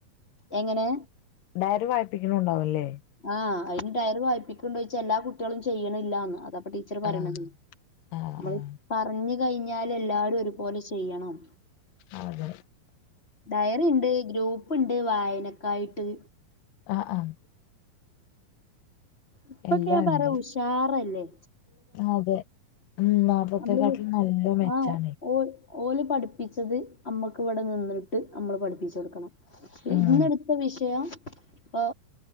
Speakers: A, on the left (about 20°); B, on the left (about 75°).
A: എങ്ങെനെ?
B: ഡയറി വായ്പിക്കുണ്ടുണ്ടാവുല്ലേ.
A: ആഹ് അയിന് ഡയറി വായിപ്പിക്ക് ണ്ടോയിച്ച എല്ലാ കുട്ട്യേളും ചെയ്യണില്ലാന്ന് അതാ അപ്പ ടീച്ചറ് പറിണതേയ്
B: ആഹ് ആഹ്
A: അമ്മള് പറഞ് കഴിഞ്ഞാല് എല്ലാരും ഒരുപോലെ ചെയ്യണം.
B: അതെ.
A: ഡയറി ഇണ്ട് ഗ്രൂപ്പ് ഇണ്ട് വായനക്കായിട്ട്.
B: ആഹ് ആഹ്.
A: ഇപ്പൊക്കെ
B: എല്ലാം
A: ഞാ പറ്യ
B: ഉണ്ട്
A: ഉഷാറെല്ലെ.
B: അതെ ഉം നാർത്തതെക്കാട്ടിലും
A: നമ്മള് വി
B: നല്ല മെച്ചാണേയ്.
A: ആ ഓ ഓല് പഠിപ്പിച്ചത് അമ്മക്ക് ഇവടെ നിന്നിട്ട് അമ്മള് പഠിപ്പിചൊടുക്കണം പി
B: ഉം
A: ഇന്നടു ഇപ്പം വിഷയം ഇപ്പൊ